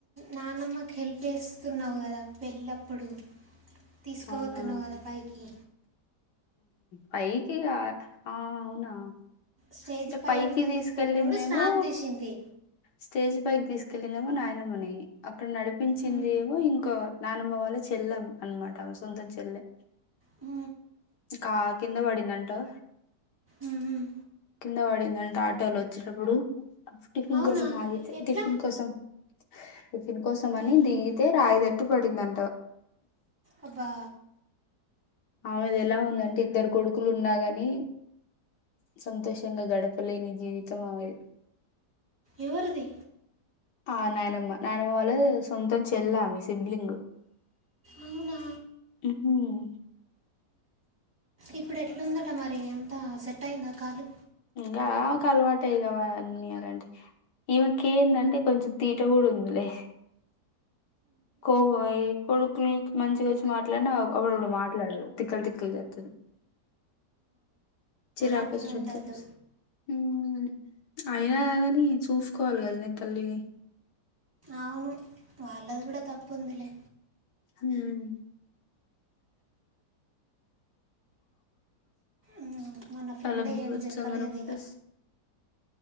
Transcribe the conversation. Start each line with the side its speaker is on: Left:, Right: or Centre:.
Right: నానమ్మకి హెల్ప్ చేస్తున్నావు కదా పెళ్ళప్పుడు తీసుకా
Left: అవునా
Right: పోతున్నావు కదా పైకి
Left: పైకి గ ఆ అవునా
Right: స్టేజ్
Left: అంటే
Right: పైనకి
Left: పైకి తీసుకెళ్ళిందేమో
Right: తీసుకోబెట్టేప్పుడు స్నాప్ తీసింది
Left: స్టేజ్ పైకి తీసుకెళ్లిందేమో నాయనమ్మని అక్కడ నడిపించింది
Right: మ్,
Left: ఏమో ఇంకో నానమ్మ వాళ్ళ చెల్లె అనమాట అమే సొంతం చెల్లె
Right: ఉ
Left: ఇంకా కింద పడిందంటవ
Right: మ్, మ్.
Left: కింద పడింది అంటా ఆటోలో వచ్చేటప్పుడు టిఫిన్
Right: అవునా
Left: కోసం ఆగితే
Right: ఎ- ఎట్లా
Left: టిఫిన్ కోసం టిఫిన్ కోసం అని
Right: అయ్యో
Left: దిగితే రాయిదట్టి పడిందంట
Right: అబ్బా
Left: ఆమెది ఎలా ఉందంటే ఇద్దరు కొడుకులు ఉన్నా గాని సంతోషంగా గడపలేని జీవితం ఆమేది
Right: ఎవరిది
Left: ఆ నాయనమ్మ నాయనమ్మ వాళ్ సొంతం చెల్ల ఆమే సిబ్లింగ్
Right: అవునా
Left: ఉమ్
Right: ఇప్పుడు ఎట్లుందటా మరి అంత సెట్ అయిందా కాలు
Left: గామెకు అలవాటే ఇగా అవన్నీ అలాంటివి ఈమెకి ఎందంటే కొంచెం తీట కూడా ఉందిలే కోబాయి కొడుకులు మంచిగా వచ్చి మాట్లాడిన అప్పుడప్పుడు మాట్లాడది తిక్కలు తిక్కలు చేతది చిరాకు
Right: అట్లా
Left: చిరాకు
Right: ఉండద్దు
Left: తెప్పిస్ ఉమ్ అయినా గాదని చూసుకోవాలి కదా నే తల్లిని
Right: అవును వాళ్ళది కూడా తప్పు ఉందిలే
Left: ఉమ్
Right: ఉ మన ఫ్రెండే
Left: తల బీభత్సంగా
Right: ఏమి చెప్పలేదు
Left: నొప్పి
Right: ఇగా
Left: లేస్